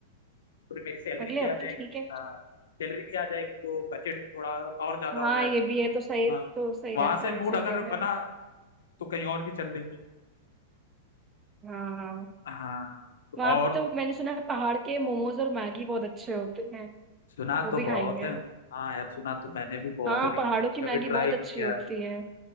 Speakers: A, on the left; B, on the right.
A: फिर मेरी सैलरी
B: अगले
A: भी आ
B: हफ्ते
A: जाएगी
B: ठीक है
A: हाँ सैलरी भी आ जाएगी तो बजट भी थोड़ा और, और ज्यादा
B: हाँ
A: हो जाएगा
B: ये भी है तो सही
A: हाँ
B: तो सही
A: वहां
B: रहता
A: से
B: है
A: मूड
B: सही
A: अगर
B: कह
A: बना
B: रहे हो
A: तो कहीं और भी चल लेंगे
B: हाँ हाँ
A: हाँ तो
B: वहाँ
A: और
B: पे तो मैंने सुना है पहाड़ के मोमोज और मैगी बहुत अच्छे होते हैं
A: सुना तो
B: वो भी
A: बहुत
B: खाएंगे
A: है हाँ यार सुना तो मैंने भी बहुत
B: हाँ
A: है लेकिन
B: पहाड़ों
A: मैंने
B: की मैगी
A: कभी ट्राई
B: बहुत अच्छी
A: नहीं किया
B: होती है